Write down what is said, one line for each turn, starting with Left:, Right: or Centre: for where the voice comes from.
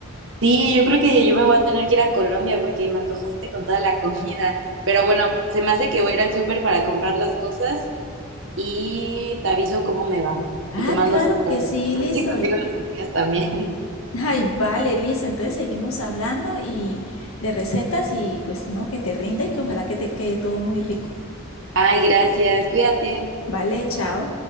Right: Sí, yo creo que yo me voy a tener que ir a Colombia porque me antojaste con toda la comida. Pero bueno, se me hace que voy a ir al súper para comprar las cosas y te aviso cómo me va.
Left: Ah,
Right: Y te mando
Left: claro
Right: foto.
Left: que sí,
Right: A
Left: listo.
Right: ver si consigo las semillas también.
Left: Ay, vale, listo. Entonces seguimos hablando y de recetas y pues no, que te rinda y que ojalá que te quede todo muy rico.
Right: <laughs> Ay, gracias. Cuídate.
Left: Vale, chao.